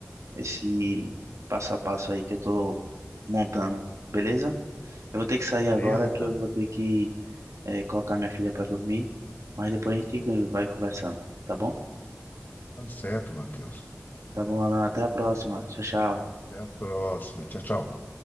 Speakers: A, on the right; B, on the left.
A: esse passo a passo aí que eu tô montando, beleza? Eu vou ter que sair
B: Beleza,
A: agora
B: cara.
A: que eu vou ter que eh, colocar minha filha pra dormir, mas depois a gente vai conversando, tá bom?
B: Tá certo, Matheus.
A: Tá bom, Alan. Até a próxima. Tchau, tchau.
B: Até a próxima. Tchau, tchau.